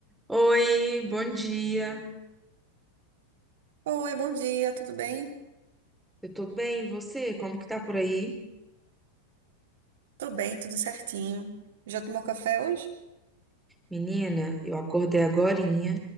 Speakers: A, in the centre; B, on the right.
A: Oi, bom dia.
B: Oi, bom dia, tudo bem?
A: Eu tô bem, e você? Como que tá por aí?
B: Tô bem, tudo certinho. Já tomou café hoje?
A: Menina, eu acordei agorinha,